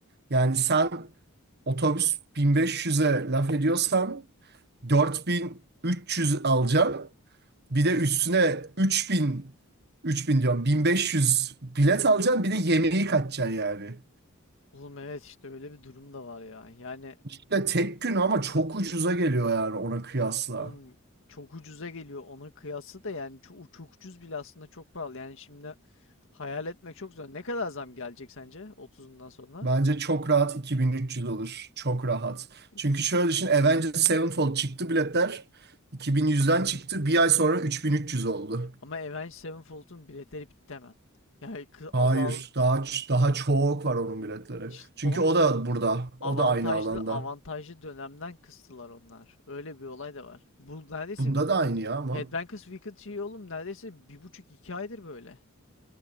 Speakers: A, on the right; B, on the left.
A: Yani sen otobüs 1500'e laf ediyorsan 4300 alacaksın. Bir de üstüne 3000 3000 diyorum 1500 bilet alacaksın bir de yemeği kaçacaksın yani.
B: Oğlum evet işte öyle bir durum da var ya. Yani
A: İşte tek gün ama çok ucuza geliyor yani ona kıyasla.
B: oğlum çok ucuza geliyor ona kıyasla da yani çok, çok ucuz bile aslında çok pahalı. Yani şimdi hayal etmek çok zor. Ne kadar zam gelecek sence otuzundan sonra?
A: Bence çok rahat 2300 olur. Çok rahat.
B: İki.
A: Çünkü şöyle düşün Avengers Sevenfold çıktı biletler. 2100'den çıktı. Bir ay sonra 3300 oldu.
B: Ama Avenged Sevenfold'un biletleri bitti hemen. Yani
A: Hayır,
B: azal
A: daha daha çok var onun biletleri.
B: işte
A: Çünkü
B: oğlum
A: o da burada. O
B: avantajlı
A: da aynı alanda.
B: avantajlı dönemden kıstılar onlar. Öyle bir olay da var. Bu neredeyse
A: Bunda da aynı ya ama
B: Headbangers Weekend şeyi oğlum neredeyse bir buçuk iki aydır böyle.